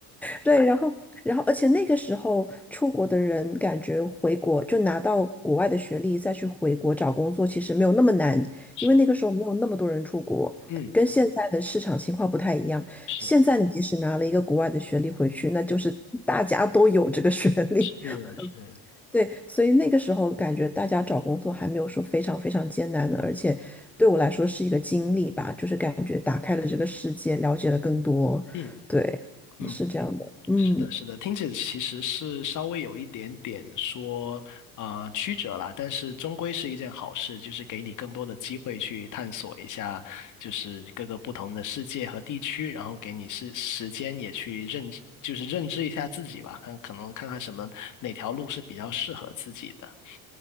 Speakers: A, in the centre; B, on the left.
A: 对，然后，然后，而且那个时候出国的人，感觉回国就拿到国外的学历，再去回国找工作，其实没有那么难，
B: 是，
A: 因为那个时候没有那么多人出国，
B: 嗯
A: 跟现在的市场情况不太一样。
B: 是
A: 现在你即使拿了一个国外的学历回去，那就是大家都有这个学历，
B: 是是，
A: <laughs> 对，所以那个时候感觉大家找工作还没有说非常非常艰难的，而且对我来说是一个经历吧，就是感觉打开了这个世界，了解了更多，
B: 嗯
A: 对，
B: 嗯。
A: 是这样的，嗯。
B: 是的，是的，听起来其实是稍微有一点点说啊呃曲折啦，但是终归是一件好事，就是给你更多的机会去探索一下，就是各个不同的世界和地区，然后给你是时间也去认知就是认知一下自己吧，看可能看看什么哪条路是比较适合自己的。